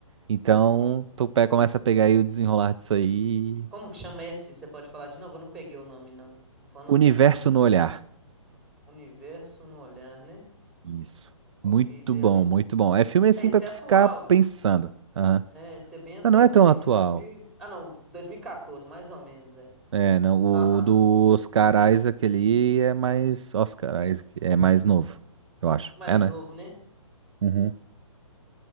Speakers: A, on the right; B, in the centre.
A: Então, Topé começa a pegar aí o desenrolar disso aí.
B: Como que chama esse? Você pode falar de novo? Eu não peguei o nome, não. Vou anotar
A: Universo
B: aqui.
A: no olhar.
B: Universo no olhar, né?
A: Isso.
B: Ok,
A: Muito
B: beleza.
A: bom, muito bom. É filme assim
B: Ah, esse
A: pra tu
B: é atual.
A: ficar
B: hein?
A: pensando. Aham.
B: É, esse é bem atual.
A: Ah, não é
B: Tô
A: tão
B: vendo aqui
A: atual.
B: 2000... e- Ah, não, 2014, mais ou menos, é.
A: É, não, o
B: Aham.
A: do Oscar Isaac ali é mais. Oscar Isaac é mais novo, eu acho.
B: Mais
A: É, né?
B: novo, né?
A: Uhum.